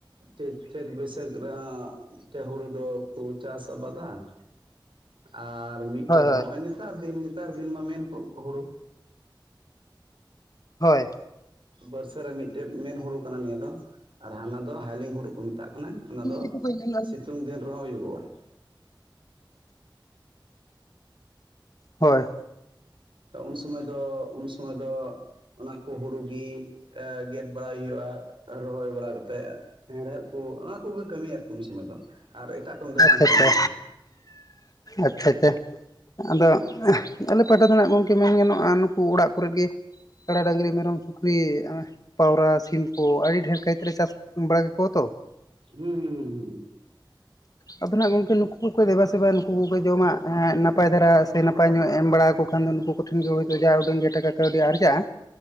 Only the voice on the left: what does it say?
<unintelligible>
ᱦᱳᱭ
ᱦᱳᱭ ᱾
ᱦᱳᱭ
ᱦᱳᱭ
ᱟᱪᱪᱷᱟ
ᱟᱪᱪᱷᱟ
ᱟᱪᱪᱷᱟ ᱟᱪᱪᱷᱟ ᱾ ᱟᱫᱚ ᱟᱞᱮ ᱯᱟᱦᱴᱟ ᱫᱚ ᱠᱷᱟᱱᱟᱜ ᱜᱚᱢᱠᱮ ᱢᱮᱱ ᱜᱟᱱᱚᱜᱼᱟ ᱱᱩᱠᱩ ᱚᱲᱟᱜ ᱠᱚᱨᱮ ᱜᱮ, ᱠᱟᱲᱟ ᱰᱟᱹᱝᱨᱤ ᱢᱮᱨᱚᱢ ᱥᱩᱠᱨᱤ ᱯᱟᱣᱨᱟ ᱥᱤᱢ ᱠᱚ ᱟᱹᱰᱤ ᱰᱷᱮᱨ ᱠᱟᱹᱭᱛᱮᱞᱮ ᱪᱟᱥ ᱵᱟᱲᱟ ᱠᱟᱠᱚᱣᱟ ᱛᱚ ᱾
ᱟᱫᱚ ᱱᱟᱦᱟᱜ ᱜᱚᱢᱠᱮ ᱱᱩᱠᱩ ᱠᱚᱠᱚ ᱫᱮᱵᱟ ᱥᱮᱵᱟ ᱱᱩᱠᱩ ᱠᱚᱠᱚ ᱡᱚᱢᱟᱜ ᱱᱟᱯᱟᱭ ᱫᱷᱟᱨᱟ ᱥᱮ ᱱᱟᱯᱟᱭ ᱧᱚᱜ ᱮᱢ ᱵᱟᱲᱟ ᱟᱠᱚ ᱾ ᱠᱷᱟᱱ ᱫᱚ ᱱᱩᱠᱩ ᱠᱚᱴᱷᱮᱱ ᱜᱮ ᱦᱳᱭᱛᱳ ᱡᱟ ᱩᱰᱟᱹᱝ ᱜᱮ ᱴᱟᱠᱟ ᱠᱟᱹᱣᱰᱤ ᱟᱨᱡᱟᱜᱼᱟ ᱾